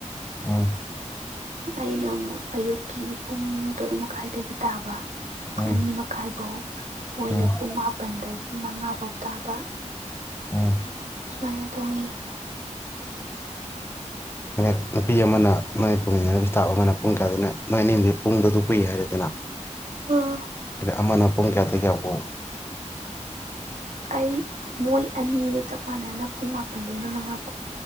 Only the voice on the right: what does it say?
ꯑꯩꯅ ꯑꯃꯨꯛ ꯑꯌꯨꯛꯀꯤ ꯄꯨꯡ ꯇꯔꯨꯛ ꯃꯈꯥꯏꯗꯒꯤ ꯇꯥꯕ
ꯑꯅꯤ ꯃꯈꯥꯏꯐꯧ ꯃꯣꯏꯅ
ꯄꯨꯡ ꯃꯥꯄꯜꯗꯒꯤ ꯃꯉꯥ ꯐꯧ ꯇꯥꯕ
ꯁꯨꯃꯥꯏꯅ ꯇꯧꯋꯦ <inaudible>
ꯑ
ꯑꯩ ꯃꯣꯏ ꯑꯅꯤꯅꯤ ꯆꯞ ꯃꯥꯟꯅꯅ ꯄꯨꯡ ꯃꯥꯄꯜꯗꯩꯅ ꯃꯉꯥꯐꯥꯎ